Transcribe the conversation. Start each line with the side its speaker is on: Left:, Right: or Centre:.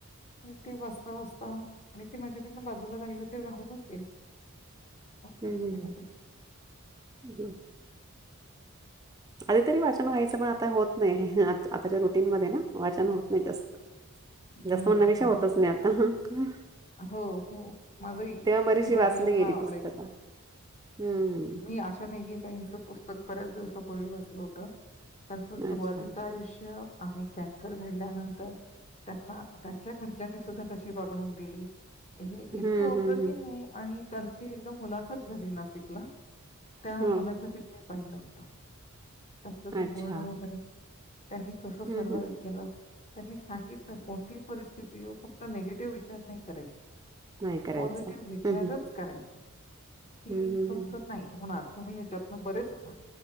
Left: आणि ते वाचता वाचता आणि ते माझ्याकडनं बाजूला राहिल ते राहूनच गेलं. असं
Right: हम्म
Left: होऊन
Right: हम्म
Left: गेलं ते.
Right: हम्म हम्म आधी तरी वाचन व्हायचं पण आता होत नाय आत आताच्या रुटीन मध्ये ना वाचन होत नाय जास्त.
Left: हं,
Right: जास्त म्हणण्यापेक्षा
Left: हं.
Right: होतच नाई आता.
Left: हो हो माझही
Right: तेव्हा बरीचशी
Left: सुरुवातीला
Right: वाचली
Left: मला
Right: गेली
Left: आवडायचं.
Right: पुस्तकं हम्म
Left: मी आशा निघे ताईचं पुस्तक बऱ्याच दिवसा प पुर्वी वाचल होत त्यांच सुरवातीच
Right: अच्छा
Left: आयुष्य आणि कॅन्सर घडल्यानंतर त्यांना त्यांच्या घरच्यांनी सुद्धा कशी वागणूक दिली. हे
Right: हम्म
Left: इतकं अप्रतिम
Right: हम्म
Left: ए आणि त्यांची एकदा मुलाखत झाली नाशिकला. त्या
Right: हम्म.
Left: मुलाखतीत मी पाहिलं होत, त्यांचं
Right: ह
Left: ते
Right: अच्छा
Left: बोलणं वगैरे. त्यांनी कसं
Right: हम्म
Left: सर्वाइव्ह
Right: हम्म
Left: केलं. त्यांनी सांगितलं कोणतीही परिस्थिती येऊ फक्त निगेटिव्ह विचार नाई करायचा.
Right: नाही करायचं
Left: पॉझिटिव्ह विचारच
Right: हम्म
Left: करायचा कि,
Right: हम्म हम्म
Left: तुमच
Right: हम्म.
Left: नाही होणार. तुम्ही ह्याच्यातनं बरेच होणार.